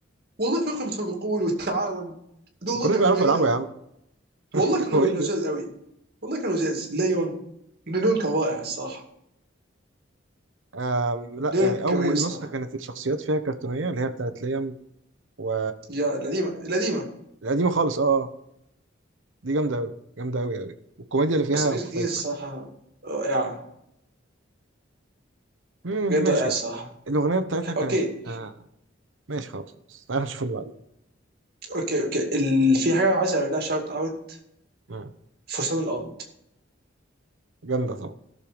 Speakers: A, on the right; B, on the right.
A: والله فريق المتفوقون والتعاون دول
B: ما
A: والله
B: كانوش
A: كانوا
B: بيعرفوا
A: كانوا قويين
B: يلعبوا
A: قوي
B: يا عم
A: والله
B: <laughs>
A: كانوا
B: هو إيه
A: لزاز
B: ده؟
A: قوي والله كانوا لزاز ليون ليون كان رائع الصراحه
B: آم لا
A: ليون
B: يعني أول
A: كان رهيب الصراحه
B: نسخة كانت الشخصيات فيها كرتونية اللي هي بتاعت ليام و
A: يا القديمه القديمه
B: القديمة خالص أه آه. دي جامدة أوي جامدة أوي أوي والكوميديا اللي فيها
A: بس بريزنت
B: مختلفة
A: تينز الصراحه رائعه
B: مم
A: بجد
B: ماشي
A: رائعه الصراحه
B: الأغنية بتاعتها كانت
A: اوكي
B: آه ماشي خلاص خلاص. تعالى نشوف اللي
A: اوكي اوكي ال- في حاجه عايز اعمل لها شاوت اوت
B: بعدين
A: فرسان الارض
B: جامدة طبعا